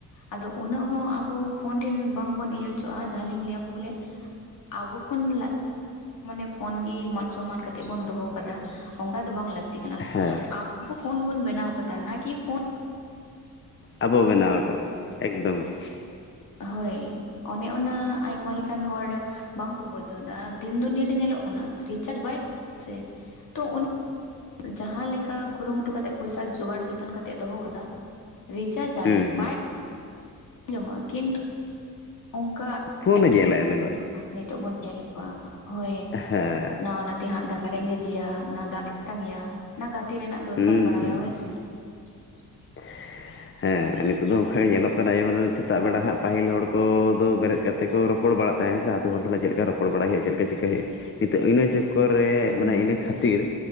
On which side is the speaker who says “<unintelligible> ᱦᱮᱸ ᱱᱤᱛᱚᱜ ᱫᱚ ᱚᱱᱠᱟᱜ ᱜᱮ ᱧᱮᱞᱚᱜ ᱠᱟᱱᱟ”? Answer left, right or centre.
Left